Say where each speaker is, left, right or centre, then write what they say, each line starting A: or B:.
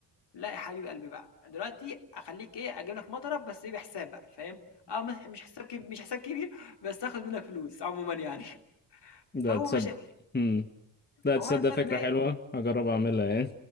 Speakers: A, on the left (about 55°); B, on the left (about 20°).
A: لأ يا حبيب قلبي بقى، دلوقتي أخلّيك إيه، أجيب لك مطرة بس إيه بحساب بقى فاهم؟ آه مح مش حساب كب مش حساب كبير بس هاخد منك فلوس عمومًا يعني، <laughs>
B: ده
A: فهو
B: تصدق
A: مش
B: هم. لا
A: فهو
B: تصدق
A: هيضطر
B: فكرة
A: إن إيه
B: حلوة هجرب اعملها يعني